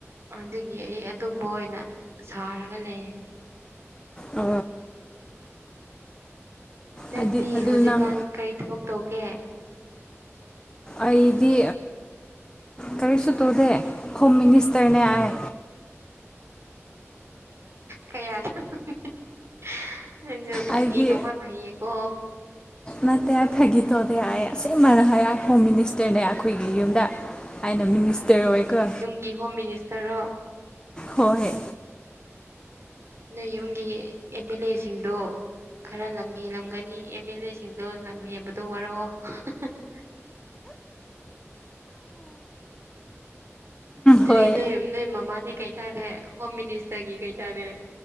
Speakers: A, on the right; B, on the left.
A: ꯑꯗꯨꯒꯤ ꯑꯩ ꯑꯗꯨꯝꯕ ꯑꯣꯏꯅ ꯁꯥꯔꯒ ꯂꯩ
B: ꯑ
A: ꯅꯪꯗꯤ
B: ꯑꯗꯨ ꯑꯗꯨ
A: ꯍꯧꯖꯤꯛꯀꯥꯟ
B: ꯅꯪ
A: ꯀꯔꯤ ꯊꯕꯛ ꯇꯧꯒꯦ
B: ꯑꯩꯗꯤ ꯀꯔꯤꯁꯨ ꯇꯧꯗꯦ ꯍꯣꯝ ꯃꯤꯅꯤꯁꯇꯔꯅꯦ ꯑꯥꯏ
A: ꯀꯌꯥꯗꯅꯣ <unintelligible> ꯅꯪꯁꯨ ꯐꯥꯒꯤ
B: ꯑꯩꯗꯤ
A: ꯇꯧꯕ ꯌꯥꯝ ꯍꯩꯌꯦꯀꯣ
B: ꯅꯥꯠꯇꯦ ꯍꯥꯏ ꯐꯥꯒꯤ ꯇꯧꯗꯤ ꯑꯥꯏ ꯑꯁꯦꯃꯅ ꯍꯥꯏ ꯍꯣꯝ ꯃꯤꯅꯤꯁꯇꯔꯅꯦ ꯑꯥꯈꯣꯏꯒꯤ ꯌꯨꯝꯗ ꯑꯩꯅ ꯃꯤꯅꯤꯁꯇꯔ ꯑꯣꯏꯒ
A: ꯒꯤ ꯍꯣꯝ ꯃꯤꯅꯤꯁꯇꯔꯣ
B: ꯍꯣꯏ
A: ꯅꯣꯏ ꯌꯨꯝꯒꯤ ꯑꯦꯝ ꯑꯦꯜ ꯑꯦꯁꯤꯡꯗꯣ ꯈꯔ ꯂꯝ ꯍꯦꯜꯂꯝꯒꯅꯤ ꯑꯦꯝ ꯑꯦꯜ ꯑꯦ ꯁꯤꯡꯗꯣ ꯂꯝ ꯍꯦꯟꯕꯗꯣ ꯋꯥꯔꯛꯑꯣ <unintelligible> ꯗꯨꯗꯤ
B: ꯍꯣꯏ
A: ꯅꯣꯏ ꯅꯣꯏ ꯃꯃꯥꯗꯤ ꯀꯩ ꯇꯥꯔꯦ ꯍꯣꯝ ꯃꯤꯅꯤꯁꯇꯔꯒꯤ ꯀꯩ ꯇꯥꯔꯦ